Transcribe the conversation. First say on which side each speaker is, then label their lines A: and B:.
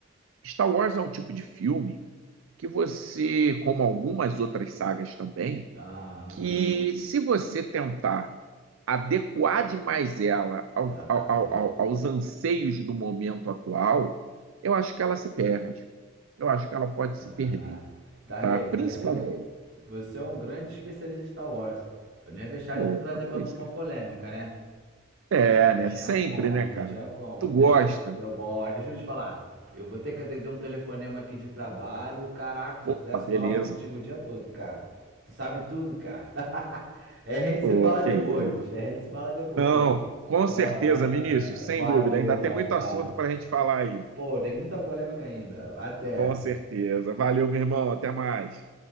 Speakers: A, on the right (about 85°); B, on the right (about 65°).
A: Star Wars é um tipo de filme que você, como algumas outras sagas também,
B: Aham,
A: que se você tentar adequar demais ela ao-
B: exatamente.
A: ao- ao- ao- aos anseios do momento atual, eu acho que ela se perde. Eu acho que ela pode se
B: Ah,
A: perder,
B: Darley,
A: tá?
B: você,
A: Principalmente.
B: é o- você é um grande especialista em Star Wars. Eu não ia deixar
A: Pô,
B: de não trazer
A: mas
B: pra
A: pois
B: tu uma
A: é.
B: polêmica, né?
A: É,
B: Não
A: né?
B: tinha
A: Sempre,
B: como,
A: né, cara?
B: não tinha como.
A: Tu gosta.
B: Deixa eu. Eu gosto, deixa eu te falar. Eu vou ter que atender um telefonema aqui de trabalho. Caraca, se
A: Opa,
B: eu pudesse, eu
A: beleza.
B: falava contigo o dia todo, cara. Tu sabe tudo, cara. <laughs> É, a gente
A: Pô,
B: se fala
A: que
B: depois.
A: isso.
B: É, a gente se fala depois.
A: Não,
B: <laughs>
A: com certeza,
B: Ah,
A: Vinícius, sem
B: Valeu,
A: dúvida. Ainda tem
B: abraço.
A: muito assunto para a gente falar aí.
B: Pô, tem muita polêmica ainda. Até.
A: Com certeza. Valeu, meu irmão. Até mais.